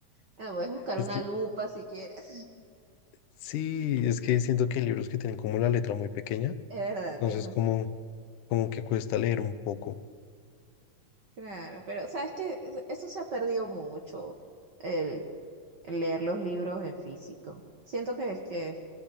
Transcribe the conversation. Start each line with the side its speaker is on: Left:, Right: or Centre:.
Right: Ah, Puedes buscar
Left: Es
Right: una
Left: que
Right: lupa si quieres.
Left: sí, es que siento que hay libros que tienen como la letra muy pequeña,
Right: Es verdad,
Left: entonces
Right: tienes razón.
Left: como, como que cuesta leer un poco.
Right: Claro, pero sabes que eso se ha perdido mucho, el, el leer los libros en físico. Siento que es que